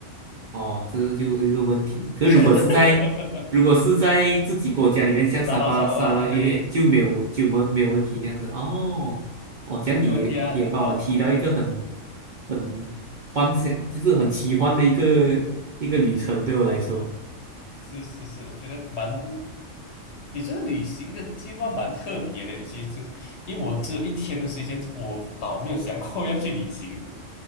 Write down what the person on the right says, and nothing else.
哦，这是就一个问题。可是如果是在
如果是在自己国家里面，像沙巴、
沙拉越就没有就没没有问题这样子。
哦，哦，这样你也也帮我提到一个很
很幻想，就是很奇幻的一个一个旅程，对我来说。